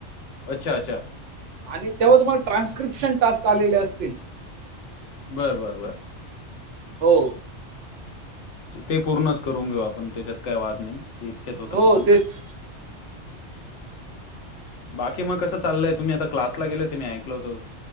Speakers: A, on the left; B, on the right.
A: अच्छा अच्छा.
B: आणि तेव्हा तुम्हाला ट्रान्स्क्रिप्शन टास्क आलेले असतील.
A: बरं बर बर.
B: हो
A: ते पूर्णच करून घेऊ आपण त्याच्यात काय वाद नाही ते इतक्यात होता
B: हो
A: पूर्ण.
B: तेच
A: बाकी मग कस चाललंय तुम्ही आता क्लासला गेलो ते मी ऐकल होतो.